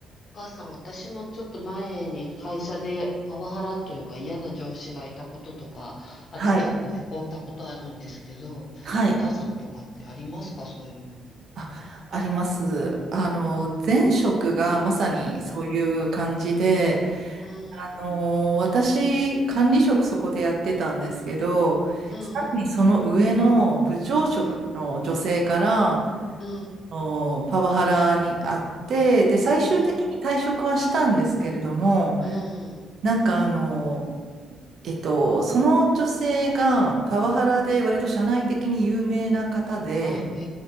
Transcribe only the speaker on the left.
お母さん、私もちょっと前に会社でパワハラというか嫌な上司がいたこととかあって結構へこんだことあるんですけど、
ゆかさんとかってありますかそういうの。
うん、
うん、うん、
うん、う
ん、うん。
あ、へ